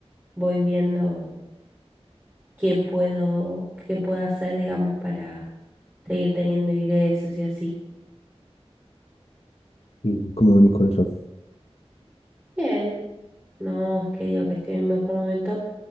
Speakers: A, on the right; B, on the left.
A: voy viendo qué puedo, qué puedo hacer, digamos, para seguir teniendo ingresos y así.
B: ¿Y cómo venís con eso?
A: Bien, no es que digo que estoy en mi mejor momento